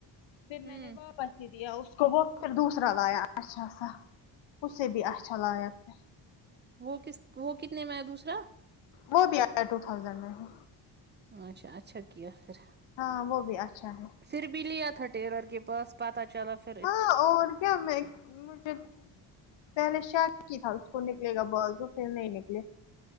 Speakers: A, on the left; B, on the right.
A: پھر
B: ہوں
A: میں نے واپس دے دیا اس کو وہ پھر دوسرا لایا اچھا سا اسے بھی اچھا لاگا تھا
B: وہ کس وہ کتنے میں آیا دوسرا
A: وہ بھی آیا ہے ٹو تھازینڈ میں ہی
B: اچھا اچھا کیا پھر
A: ہاں وہ بھی اچھا ہے
B: پھر بھی لیا تھا ٹیلر کے پاس پتا چلا فی
A: ہاں اور کیا میں مجھے پہلے شک ہی تھا اس کو نکلے گا بازو کے نہیں نکلے